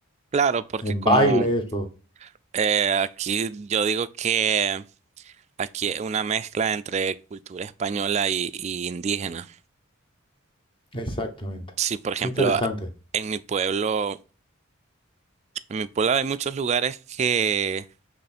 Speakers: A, on the right; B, on the left.
A: claro, porque
B: en
A: como
B: bailes o...
A: eh, aquí yo digo que aquí es una mezcla entre cultura española y, y indígena.
B: Exactamente.
A: Sí, por ejemplo,
B: Qué interesante.
A: a- en mi pueblo, en mi pueblo hay muchos lugares que,